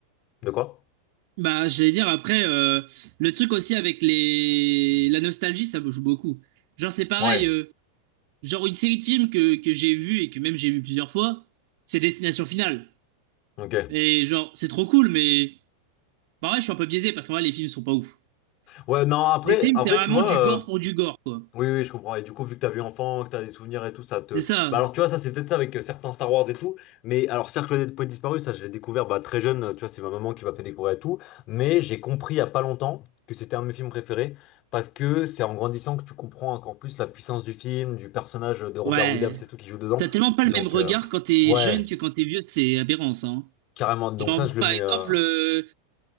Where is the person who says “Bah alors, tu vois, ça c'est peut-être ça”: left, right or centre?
Left